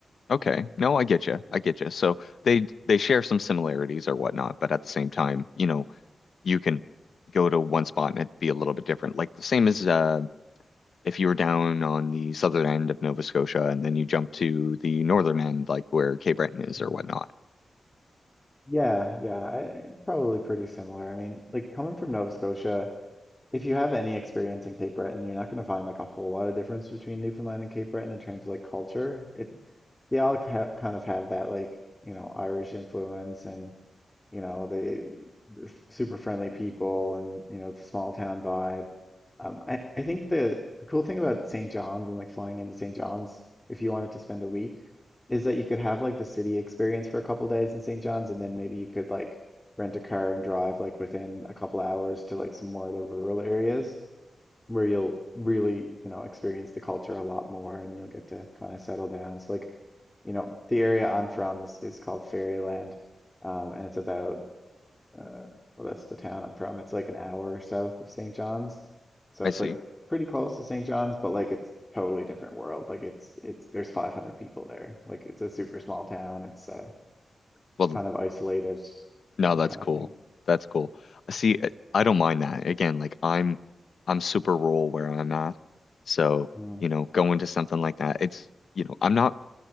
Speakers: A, on the left; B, on the left.
A: Okay. No, I get you. I get you. So they they share some similarities or whatnot, but at the same time, you know, you can go to one spot and it'd be a little bit different. Like the same as uh, if you were down on the southern end of Nova Scotia and then you jump to the northern end, like where Cape Breton is
B: Mhm.
A: or whatnot.
B: Yeah, yeah, I, I- probably pretty similar. I mean, like coming from Nova Scotia, if you have any experience in Cape Breton, you're not going to find like a whole lot of difference between Newfoundland and Cape Breton in terms of like culture. It they all ha kind of have that like you know Irish influence and you know they they're f- super friendly people and you know the small town vibe. Um, I, I think the, the cool thing about St. John's and like flying into St. John's, if you wanted to spend a week, is that you could have like the city experience for a couple days in St. John's, and then maybe you could like rent a car and drive like within a couple hours to like some more of the rural areas where you'll really, you know, experience the culture a lot more and you'll get to kind of settle down. So like, you know, the area I'm from is, is called Fairyland, um, and it's about uh, well, that's the town I'm from. It's like an hour south of St. John's. So
A: I
B: it's
A: see.
B: like pretty close to St. John's, but like it's totally different world. Like it's it's there's 500 people there. Like it's a super small town. It's uh,
A: Well,
B: kind of isolated,
A: no,
B: you know,
A: that's
B: that kind
A: cool.
B: of thing.
A: That's cool. See, I I don't mind that. Again, like I'm I'm super rural where I'm at, so
B: Mm,
A: you know, going to something like that, it's you know, I'm not.